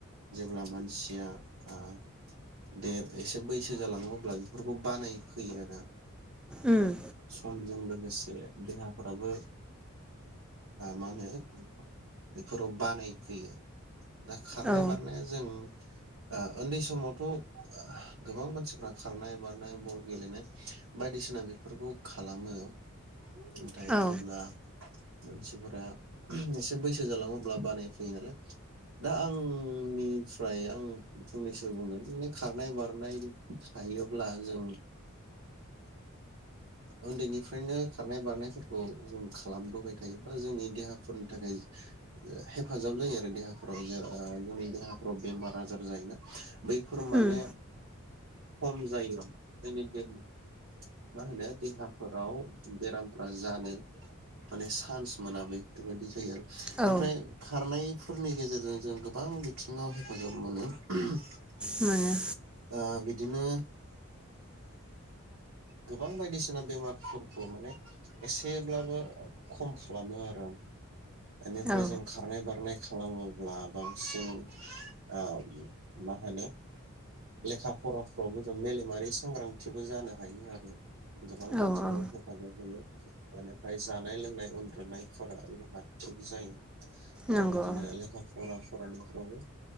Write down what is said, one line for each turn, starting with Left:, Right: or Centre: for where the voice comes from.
Right: जेब्ला मानसिया ओ देर एसे बैसो जालाङोब्ला बेफोरखौ बानाय फैयो आरो
Centre: उम
Right: समजों जों लोगोसे देहाफ्राबो मा होनो बेफोराव बानायफैयो दा खारनाय
Centre: औ
Right: बारनाया जों ओ उन्दै समावथ' गोबां मानसिफ्रा खारनाय बारनाय बल गेलेनाय बायदिसिना बेफोरखौ खालामो नाथाय
Centre: औ
Right: जेब्ला मानसिफोरा एसे बैसो जालाङो अब्ला बानाय फैयो नालाय दा आंनिफ्राय आं फंनैसो बुंगोन माने खारनाय बारनाय थायोब्ला जों उन्दैनिफ्रायनो खारनाय बारनायफोरखौ जों खालामबोबाय थायोब्ला जोंनि देहाफोरनि थाखाय हेफाजाब जायो आरो देहाफोराव जोंनि देहाफ्राव बेमार आजार जायोना बै फोर माने
Centre: उम
Right: खम जायो आरो जोंनि मा होनो देहाफोराव बेरामफ्रा जानो माने चान्स मोना बेफोरबायदि जायो आरो बेनिफ्राय
Centre: औ
Right: खारनाय फोरनि गेजेरजों जों गोबां बिथिङाव हेफाजाब मोनो <unintelligible>
Centre: मोनो
Right: ओ बिदिनो गोबां बायदिसिना बेमारफोरखौ माने एसेब्लाबो खम खालामो आरो आं बेनिफ्राय
Centre: औ
Right: जों खारनाय बारनाय खालामोब्ला बांसिन ओ मा होनो लेखा फराफ्रावबो जों मेलेमारि सांग्रांथिबो जानो हायो आरो गोबां
Centre: औ
Right: बिथिङाव
Centre: औ
Right: हेफाजाब मोनो बेनिफ्राय जानाय लोंनाय उन्दुनायफोरा जोंहा थिग जायो ओ
Centre: नंगौ
Right: बिदिनो
Centre: औ
Right: लेखा फरा फरायनायफ्रावबो